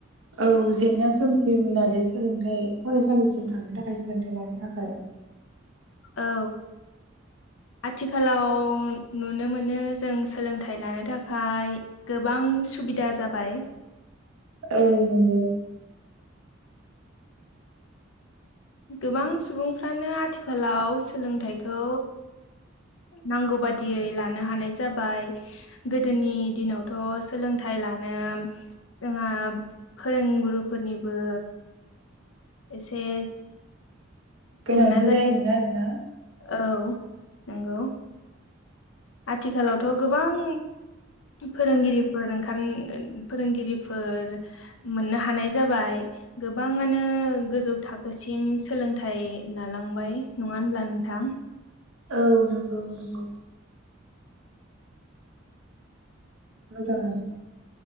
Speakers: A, on the right; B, on the left.
A: औ जेंना सोमजियोमोन आरो सोलोंथायाइ फरायसालिसिम थांनो थाखाय सोलोंथायाइ लानो थाखाय
B: औ आथिखालाव नुनो मोनो जों सोलोंथाइ लानो थाखाय गोबां सुबिदा जाबाय
A: औ नंगौ
B: गोबां सुबुंफ्रानो आथिखालाव सोलोंथाइखौ नांगौ बादियै लानो हानाय जाबाय गोदोनि दिनावथ' सोलोंथाइ लानो जोंहा फोरोंगुरुफोरनिबो एसे
A: गोनांथि
B: जेंना
A: जायोमोन आरोना।
B: औ नंगौ। आथिखालावथ' गोबां फोरोंगिरिफोर ओंखार फोरोंगिरिफोर मोननो हानाय जाबाय गोबाङानो गोजौ थाखोसिम सोलोंथाइ लालांबाय नङा होनब्ला नों थां।
A: औ नंगौ नंगौ। मोजाङानो।